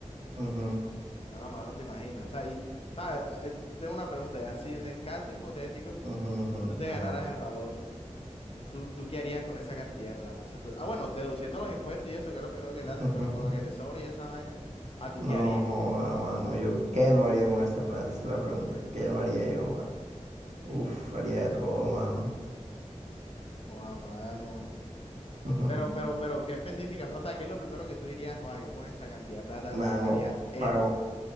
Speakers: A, on the right; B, on the left.
A: Ujú,
B: No, no, mano, te imaginas. O sea, y, ¿sabes? La- eh, Tengo una pregunta ya. Si en el caso hipotético
A: ujú, ujú,
B: tú te ganaras
A: Ajá.
B: el baloto, ¿tú, tú qué harías con esa cantidad de plata? O sea, tú- ah, bueno, deduciendo los impuestos y eso, que es lo primero que
A: <laughs>
B: te hacen, pero con lo que te sobra y esa vaina, a tú
A: No
B: qué harías?
A: joda, mano. ¿Yo qué no haría con esa plata? Esa es la pregunta. ¿Qué no haría
B: <laughs>
A: yo, mano? Uf, haría de todo, mano.
B: Joa, mano.
A: <laughs>
B: Pero, pero, pero, ¿qué específica? O sea, ¿qué es lo primero que tú dirías? Joa, yo con esta cantidad de plata
A: Mano,
B: haría esto.
A: pago,